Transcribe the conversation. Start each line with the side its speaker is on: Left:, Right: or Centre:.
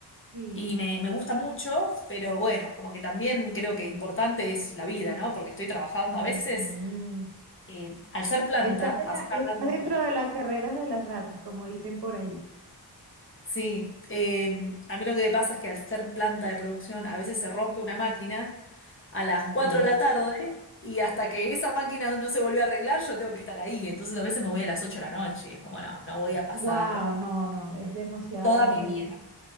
Right: sí.
Left: y me, me gusta mucho, pero bueno, como que también creo que importante es la vida, ¿no? Porque estoy trabajando a
Right: Ujú.
Left: veces, eh, al ser planta,
Right: Estás en
Left: al
Right: la-
Left: ser
Right: estás
Left: una planta
Right: dentro de las carreras de las ratas, como dicen por allí.
Left: Sí, em, a mí lo que me pasa es que al ser planta de producción a veces se rompe una máquina a las
Right: Ok.
Left: 4 de la tarde y hasta que esa máquina no se volvió a arreglar yo tengo que estar ahí. Entonces a veces me voy a las 8 de la noche y es como, no, no voy a pasar
Right: Wow, no, no, es demasiado,
Left: toda mi
Right: es
Left: vida.